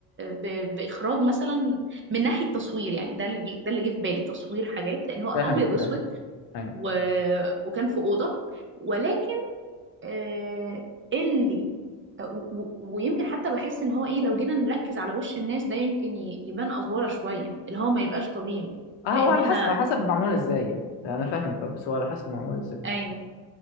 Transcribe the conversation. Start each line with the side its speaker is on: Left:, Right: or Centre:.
Right: ب... باخراج مثلا من ناحيه تصوير يعني ده اللي جه- ده اللي جه في بالي تصوير حاجات لان هو ابيض
Left: فاهمك
Right: واسود
Left: فاهم ايوه
Right: و... وكان في اوضه ولكن آه، اللي آه، و- و- ويمكن حتى بحس ان هو ايه لو جينا نركز على وش الناس ده يمكن ي- يبان افوره شويه اللي هو ما يبقاش طبيعي
Left: اه هو
Right: لان
Left: على
Right: احنا
Left: حسب على حسب معمول
Right: يعني
Left: ازاي يعني انا فاهمك أه، بس هو على حسب معمول ازاي
Right: ايوه